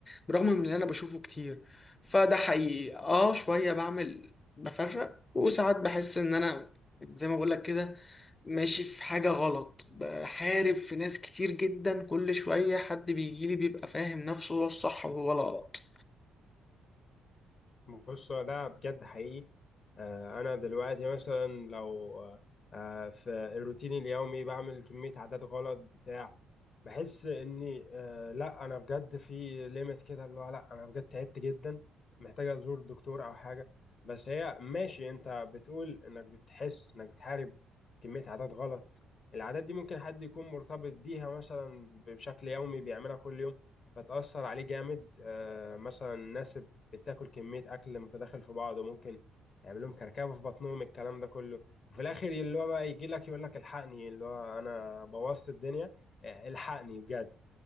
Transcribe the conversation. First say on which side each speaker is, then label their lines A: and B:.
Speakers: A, on the left; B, on the left.
A: بالرغم من اللي انا بشوفه كتير فده حقيقي اه شوية بعمل بفرق وساعات بحس ان انا زي ما بقولك كده ماشي في حاجة غلط بحارب في ناس كتير جدا كل شوية حد بيجيلي بيبقى فاهم نفسه هو الصح وهو الغلط
B: بص هو ده بجد حقيقي آه، انا دلوقتي مثلا لو آه، آه، في الروتين اليومي بعمل كمية عادات غلط بتاع بحس اني آه، لا انا بجد في ليميت كده اللي هو لا انا بجد تعبت جدا محتاج ازور دكتور او حاجة بس هي ماشي انت بتقول انك بتحس انك بتحارب كمية عادات غلط العادات دي ممكن حد يكون مرتبط بيها مثلا بشكل يومي بيعملها كل يوم فتأثر عليه جامد آه، مثلا الناس بتاكل كميه اكل متداخل في بعض وممكن يعمل لهم كركبه في بطنهم الكلام ده كله وفي الاخر اللي هو بقى يجي لك يقول لك الحقني اللي هو انا بوظت الدنيا آه، الحقني بجد